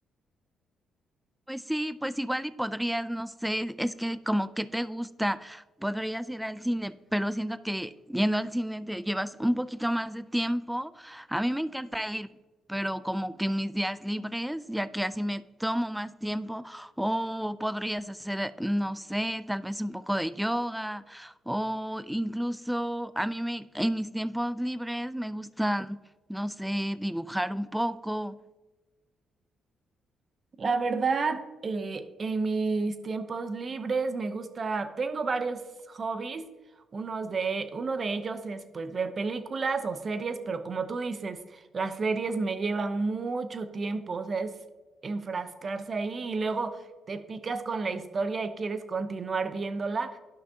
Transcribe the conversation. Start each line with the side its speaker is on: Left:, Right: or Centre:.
Centre: Pues sí, pues igual y podrías, no sé, es que como que te gusta, podrías ir al cine, pero siento que yendo al cine te llevas un poquito más de tiempo. A mí me encanta ir, pero como que en mis días libres, ya que así me tomo más tiempo, o podrías hacer, no sé, tal vez un poco de yoga, o incluso a mí me, en mis tiempos libres me gustan, no sé, dibujar un poco.
Right: La verdad, eh, en mis tiempos libres me gusta, tengo varios hobbies. Unos de, uno de ellos es pues ver películas o series, pero como tú dices, las series me llevan mucho tiempo, o sea, es enfrascarse ahí y luego te picas con la historia y quieres continuar viéndola.